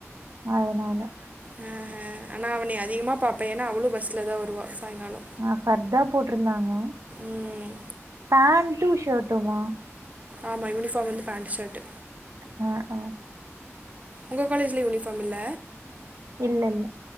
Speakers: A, on the right; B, on the right.
A: அதனால
B: ஆ அ ஆனா அவன நீ அதிகமா பாப்ப ஏனா அவ்ளோ பஸ்லதா வருவா சாயங்காலோ
A: அ ஃபர்தா போட்ருந்தாங்க
B: ம்
A: பேண்டூ ஷர்ட்டுமா
B: ஆமா யூனிஃபார்ம்ல வந்து பேண்ட்டு ஷர்ட்டு
A: ம் ம்
B: உங்க காலேஜ்ல யூனிஃபார்ம் இல்ல
A: இல்ல இல்ல